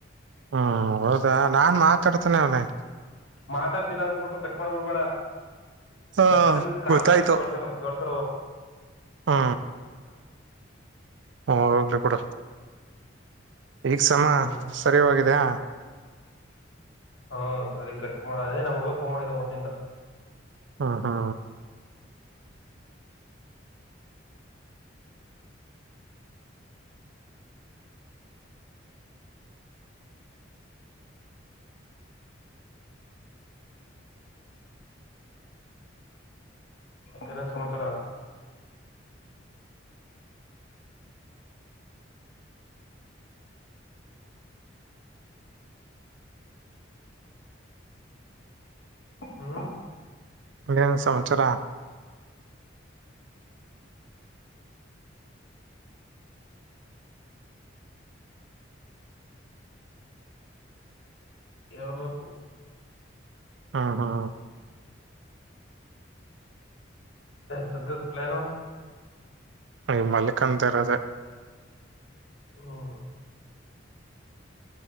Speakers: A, on the right (about 70°); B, on the left (about 80°).
A: ಹೂ ಹೌದಾ ನಾನ್ ಮಾತಾಡ್ತೇನೆ ಅವನೆ
B: ಮಾತಾಡ್ತಿಲ್ಲ ಅಂದಬಿಟ್ಟು ಕಟ್ ಮಾಡ್ಬ ಬಿಡ್ಬೇಡ
A: ಹಾ
B: ಅದ ಕಡೆ ಕಾಲ್
A: ಗೊತ್ತಾಯ್ತು
B: ಬಂದ್ರ ಕೇಳಳ್ಸಲ್ ದೊಡ್
A: ಹೂ ಹೋಗಲ್ಲಿ ಬಿಡು ಈಗ್ ಸಮ
B: ಹ್ಮ್
A: ಸರಿ ಹೋಗಿದಿಯ
B: ಹಾ ಸರಿ ಕಟ್ ನಮ್ಮ್ ಹುಗ ಫೋನ್ ಮಾಡಿದ ಟ್ಟಿಂದ
A: ಹ್ಮ ಹಾ
B: ತನ್ನ ಸಮಚ್ರ ಹ್ಮ್
A: ನನು ಸಂವಸರ
B: ಹೇಳ್ಬೇಕು
A: ಹಾ ಹಾ
B: ಸತದ ಪ್ಲಾನೋ
A: ಈ ಮಲ್ಲಿಕ್ ಅಂತ ಇರದ
B: ಹ್ಮ್